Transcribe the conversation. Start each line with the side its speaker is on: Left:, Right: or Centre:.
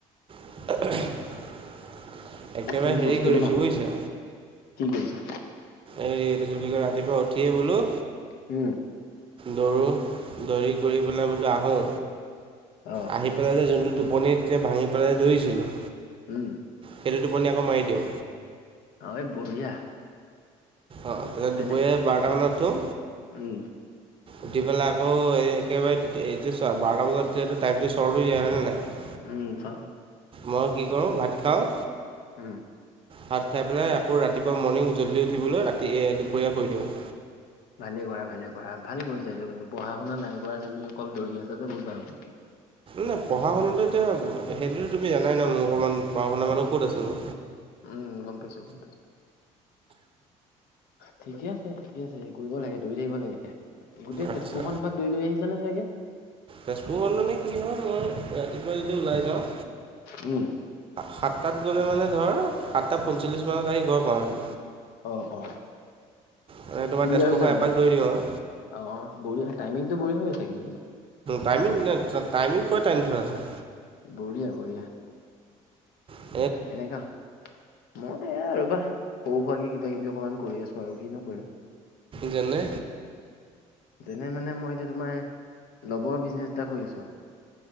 Right: <unintelligible> একেবাৰে
Left: তুমি
Right: হেৰি
Left: বস্তুটো
Right: কৰিছোঁ
Left: ভাল,
Right: বুজিছা
Left: কি কৰিছা?
Right: এই কি বুলি কয় ৰাতিপুৱা উঠিয়েই বোলো
Left: উম।
Right: দৌৰোঁ, দৌৰি কৰি পেলাই বোলো আহোঁ।
Left: অ।
Right: আহি পেলাই যে যোনটো টোপনি এতিয়া ভাঙি পেলাই দৌৰিছিলোঁ।
Left: উম।
Right: সেইটো টোপনি আকৌ মাৰি দিওঁ।
Left: অ, এ বঢ়িয়া।
Right: অ
Left: তেনে
Right: দুপৰীয়া বাৰটামানত উঠো।
Left: উম।
Right: উঠি পেলাই আকৌ একেবাৰে এইটো চোৱা বাৰটা বজাত টাইমটো চ্বৰ্ট হৈ যায় হয় নাই।
Left: উম থ-
Right: মই কি কৰোঁ ভাত খাওঁ।
Left: উম।
Right: ভাত খাই পেলাই আকৌ ৰাতিপুৱা মৰ্ণিং জল্দি উঠিবলৈ ৰাতি দুপৰীয়া কৰি দিওঁ।
Left: ভালে কৰা ভালে কৰা ভালে কৰিছা এইটো কিন্তু পঢ়া শুনা নাই কৰা তুমি অকল দৌৰি আছা যে বহুত ভাল, ঠিকেই।
Right: না পঢ়া শুনাতো এতিয়া সেইটোতো তুমি জানাই ন মোৰ সমান পঢ়া-শুনা মানুহ ক'ত আছে নো।
Left: উম গম পাইছো গম পাইছো। ঠিকে আছে ঠিকে আছে হে কৰিব লাগে দৌৰি থাকিব লাগে। গোটেই
Right: আচ্ছা
Left: তেজপুৰখন এপাক দৈ দৈ আহিছা নে চাগে?
Right: তেজপুৰখন মানে কি হয় মই ৰাতিপুৱা যদি ওলাই যাওঁ
Left: উম।
Right: সাতটাত গ'লে মানে ধৰ সাতটা পঞ্চল্লিছ মানত আহি ঘৰ পাওঁহি।
Left: অ অ
Right: মানে তোমাৰ
Left: ক্লিয়াৰ
Right: তেজপুৰ
Left: হৈ যায়
Right: খন
Left: মানে
Right: এপাক দৌৰি দিওঁ আও।
Left: অ বঢ়িয়া টাইমিংটো বঢ়িয়া হৈছে কিন্তু তোমাৰ।
Right: টাইমি টাইমিং পুৰা টানি থোৱা আছে।
Left: বঢ়িয়া বঢ়িয়া।
Right: অ।
Left: এনেকা হ মই এয়া ৰবা সৰু সোৱাকে কিবা কিবি অকমান কৰি আছো আৰু কিনো কৰিম।
Right: যেনে
Left: যেনে মানে মই এতিয়া তোমাৰ লবৰ বিজনেচ এটা কৰি আছো।